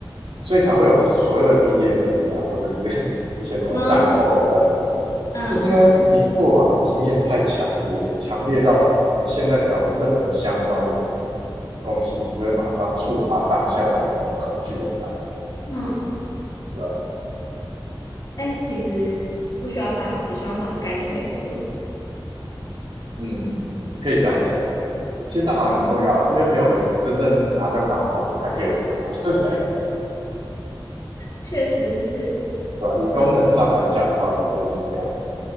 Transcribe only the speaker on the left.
嗯，嗯嗯
嗯，嗯，
但是其实不需要大脑，只需要脑干就可以活了。
嗯，
确实是。